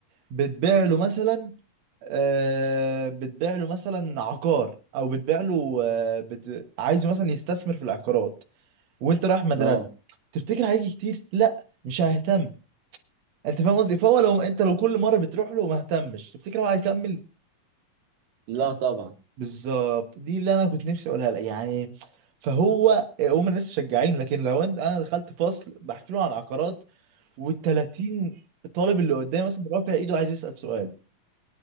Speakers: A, on the right (about 60°); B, on the right (about 85°).
A: بتبيع له مثلا آه بتبيع له مثلا عقار او بتبيع له آه بت... عايزه مثلا يستثمر في العقارات وانت رايح مدرسه
B: اه
A: تفتكر هيجي كتير لا مش هيهتم انت فاهم قصدي فهو لو انت لو كل مره بتروح له وما اهتمش تفتكر هو هيكمل
B: لا طبعا
A: بالظبط دي اللي انا كنت نفسي اقولها لك يعني فهو هم الناس مشجعينه لكن لو انت انا دخلت فصل بحكي له عن العقارات وال30 طالب اللي قدامي مثلا رافع ايده عايز يسال سؤال